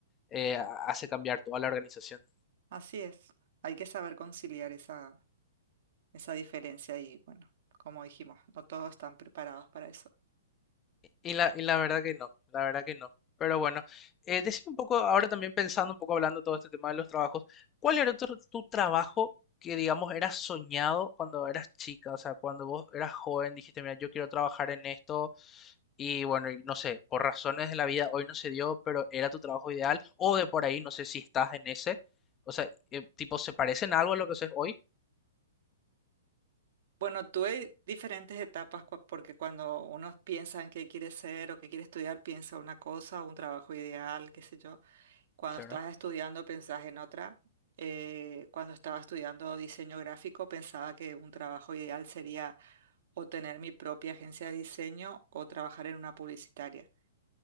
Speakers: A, on the left (about 25°); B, on the right (about 55°).
A: eh, hace cambiar toda la organización.
B: Así es, hay que saber conciliar esa, esa diferencia y bueno, como dijimos, no todos están preparados para eso.
A: Y la, y la verdad que no, la verdad que no. Pero bueno, eh, decime un poco, ahora también pensando un poco, hablando todo este tema de los trabajos, ¿cuál era tu, tu trabajo que, digamos, era soñado cuando eras chica? O sea, cuando vos eras joven, dijiste, mira, yo quiero trabajar en esto y bueno, y no sé, por razones de la vida hoy no se dio, pero era tu trabajo ideal o de por ahí, no sé si estás en ese. O sea, eh, tipo, ¿se parecen algo a lo que haces hoy?
B: Bueno, tuve diferentes etapas cua- porque cuando uno piensa en qué quiere ser o qué quiere estudiar, piensa una cosa, un trabajo ideal, qué sé yo. Cuando
A: Claro.
B: estás estudiando, pensás en otra. Eh, cuando estaba estudiando diseño gráfico, pensaba que un trabajo ideal sería o tener mi propia agencia de diseño o trabajar en una publicitaria,